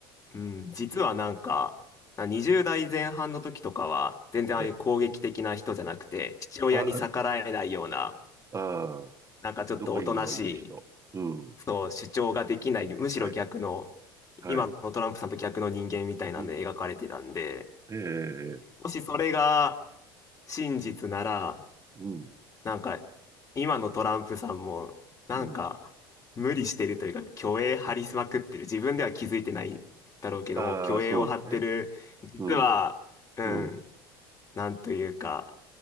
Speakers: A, on the left; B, on the right.
A: うん、実はなんか、な20代前半の時とかは、全然ああいう攻撃的な人じゃなくて、
B: ええ
A: 父親に逆らえないような、
B: あ、ああ、
A: なんかちょっとおとなしい、
B: どこにでもいる人。うん。
A: そう、主張ができない、むしろ逆の、
B: はい。はい。
A: 今のトランプさんと逆の人間みたいなんで描かれてたんで、
B: うん。ええ、
A: もしそれが真実なら、
B: うん。
A: なんか、今のトランプさんも、なんか、
B: うん。
A: 無理してるというか、虚栄張りまくってる。自分では気づいてないだろうけども、
B: ああ、
A: 虚栄を張ってる。
B: そうだね。
A: 実は、
B: うん。
A: うん、
B: うん。
A: なんというか、